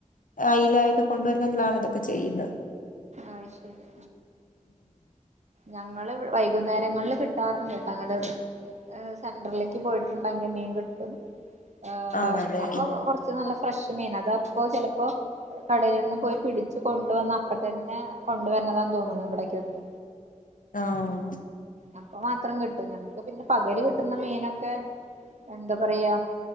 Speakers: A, on the left (about 80°); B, on the right (about 60°).
A: അയില ഇക്കെ കൊണ്ടുവരുന്നെങ്കിലാണ് ഇതൊക്കെ ചെയ്യുന്നത്.
B: ആയി ശെരി ഞങ്ങള് ഇവ് <unintelligible> വൈകുന്നേരങ്ങളിൽ കിട്ടാറുണ്ട്ട്ടാ അങ്ങട്‌ ഏ സെന്ററിലേക്ക് പോയിട്ടുണ്ടെങ്കിൽ മീൻ കിട്ടും. ഏ
A: ആണല്ലേ
B: അപ്പോ കൊറച്ച് നല്ല ഫ്രഷ് മീൻ അതപ് അപ്പോ ചെലപ്പോ കടൽ നിന്ന് പോയി പിടിച്ചു കൊണ്ടുവന്ന അപ്പ തന്നെ കൊണ്ടുവരണതാന്ന് തോന്നുന്നു ഇവിടേക്കൊക്കെ.
A: ആഹ്
B: അപ്പം മാത്രം കിട്ടും ഞങ്ങ ക്കെ പിന്നെ പകെൽ കിട്ടുന്ന മീനൊ ക്കെ എന്താ പറയാ